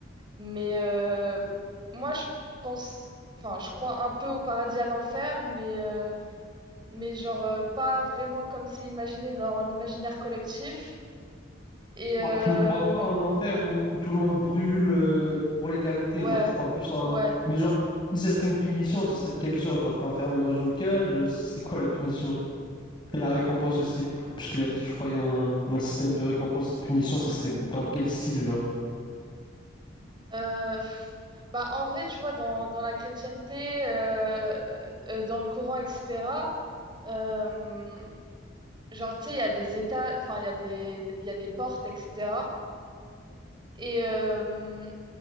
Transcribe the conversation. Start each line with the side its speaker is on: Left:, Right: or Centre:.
Right: Mais euh, moi, je pense, enfin, je crois un peu au paradis à l'enfer, mais euh, mais genre euh, pas vraiment comme c'est imaginé dans l'imaginaire collectif. Et euh,
Left: Genre, tu ne crois pas en enfer où, où tout le monde brûle euh, pour l'éternité,
Right: ouais,
Left: genre tu crois plus en...
Right: ouais.
Left: un- Mais genre, si ça serait une punition, ce serait de quelle sorte? Genre, t'es enfermé dans une cage, euh, ce serait quoi la punition? Et la récompense aussi, p- puisque tu as dit que tu croyais en en un système de récompense et de punition, ça serait dans quel style, genre?
Right: Euh, pff, bah, en vrai, tu vois, dans, dans la chrétienté, euh, euh, dans le Coran, etc., euh, genre, tu sais, il y a des états, enfin, il y a des, il y a des portes, etc. Et, euh,